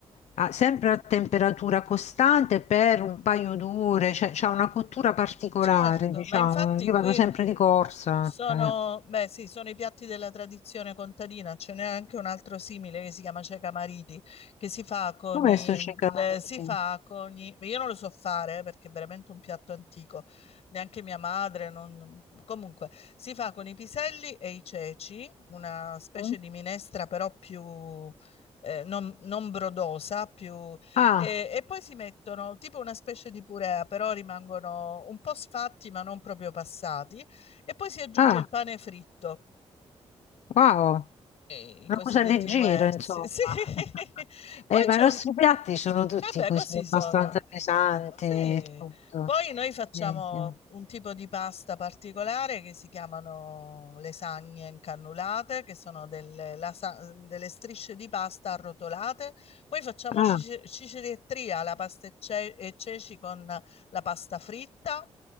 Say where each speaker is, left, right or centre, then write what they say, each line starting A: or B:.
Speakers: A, on the left; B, on the left.
A: a- sempre a temperatura costante per un paio d'ore, cioè c'ha una cottura particolare,
B: certo,
A: diciamo.
B: ma infatti
A: Io vado
B: qui
A: sempre di corsa,
B: Sono,
A: cioè.
B: beh, sì, sono i piatti della tradizione contadina, ce n'è anche un altro simile che si chiama cieca mariti, che si fa con
A: Com'è
B: i,
A: sto ceccamarite?
B: eh, si fa con i, io non lo so fare eh, perché è veramente un piatto antico, neanche mia madre, non- comunque, si fa con i piselli e i ceci, una specie
A: Mm?
B: di minestra però più, eh, non, non brodosa, più,
A: Ah,
B: e, e poi si mettono tipo una specie di purea, però rimangono un po' sfatti ma non proprio passati e poi si aggiunge
A: ah,
B: il pane fritto,
A: wow,
B: e i
A: una
B: cosiddetti
A: cosa leggera,
B: muerzi.
A: insomma.
B: Sì. <laughs>
A: <laughs>
B: Poi
A: Eh,
B: c'è
A: ma i nostri
B: un...
A: piatti sono tutti
B: Vabbè,
A: così,
B: così
A: abbastanza
B: sono.
A: pesanti
B: Sì.
A: e tutto.
B: Poi noi facciamo
A: Sì, sì.
B: un tipo di pasta particolare che si chiamano lasagne incannulate, che sono delle, lasa- delle strisce di pasta arrotolate. Poi facciamo
A: Ah.
B: cice- cicerettria alla pasta e, ce- e ceci con la pasta fritta.